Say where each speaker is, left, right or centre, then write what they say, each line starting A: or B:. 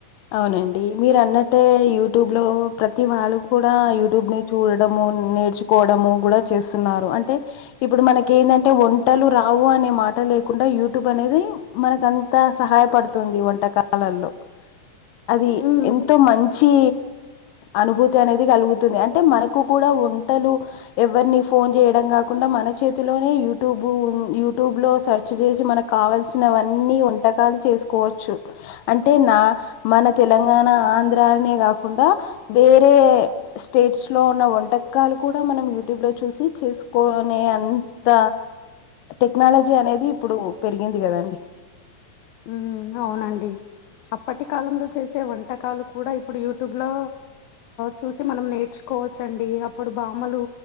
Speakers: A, on the left; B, on the left.
A: అవునండి మీరన్నట్టే యూట్యూబ్ లో ప్రతి వాళ్ళు కూడా యూట్యూబ్ ని చూడ్ డము నేర్చుకోవడము గుడా చేస్తున్నారు అంటే ఇప్పుడు మనకి ఏంటంటే వంటలు రావు అన్ నీమాట లేకుండా యూట్యూబ్ అనేది మనకంత సహాయడు తుంది వంటకాలల్లో అది
B: ఉమ్
A: ఎంతో మంచి అనుభూతి అనేది కలుగుతుంది అంటే మనకు కూడా వంటలు ఎవరిని ఫోన్ చేయడం కాకుండా మన చేతిలోనే యూట్యూబ్ యూట్యూబ్ లో సెర్చ్ చేసి మనకు కావల్సినవన్నీ వంటకాలు చేసు కోవచ్చు అంటే నా మన తెలంగాణ ఆంధ్రానే కాకుండా వేరే ఏ స్టేట్స్ లో ఉన్న వంటకాలు కూడా మనం యూట్యూబ్ లో చూసి చేసుకొనేం త టెక్నాలజీ అనేది ఇప్పుడు పెరిగింది కదాండి
B: ఉమ్ అవునండి అప్పటి కాలంలో చే సే వంటకాలు కూడా ఇప్పుడు యూట్యూబ్ లో చూసి మనం నేర్చుకో వచ్చు అండి అప్పుడు బామ్మలు